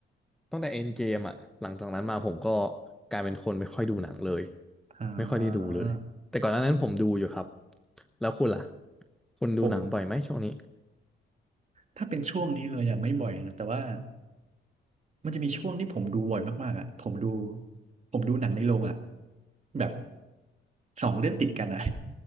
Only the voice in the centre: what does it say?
ตั้งแต่เอ็นเกมอ่ะหลังจากนั้นมาผมก็กลายเป็นคนไม่ค่อยดูหนังเลย
ไม่ค่อยได้ดูเลยแต่ก่อนหน้านั้นผมดูอยู่ครับแล้วคุณล่ะคุณดูหนังบ่อยไหมช่วงนี้